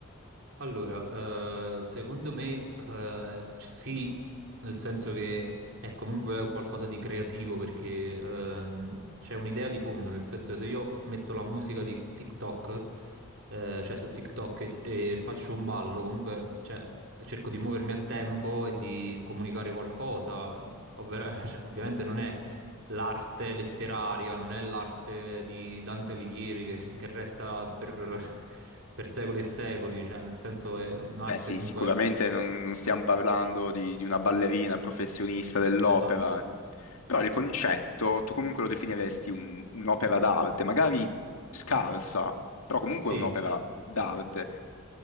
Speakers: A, on the right; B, on the left.
A: Allora, eh, secondo me, eh, c- sì, nel senso che è comunque qualcosa di creativo perché ehm, c'è un'idea di fondo, nel senso che se io metto la musica di TikTok, eh, cioè su TikTok e, e faccio un ballo, comunque cioè, cerco di muovermi a tempo e di comunicare qualcosa, ovver- <laughs> cioè, ovviamente non è l'arte letteraria, non è l'arte di Dante Alighieri che, che resta per, per secoli e secoli, cioè nel senso è un'arte
B: Beh sì,
A: comunque
B: sicuramente non, non stiamo parlando di, di una ballerina professionista dell'opera,
A: esatto.
B: però il concetto tu comunque lo definiresti un- un'opera d'arte, magari scarsa, però comunque
A: Sì,
B: è un'opera d'arte.